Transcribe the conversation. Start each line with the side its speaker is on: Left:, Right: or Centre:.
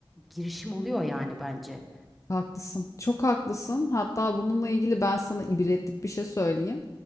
Centre: Girişim oluyor yani bence.
Left: Haklısın. Çok haklısın. Hatta bununla ilgili ben sana ibretlik bir şey söyleyeyim.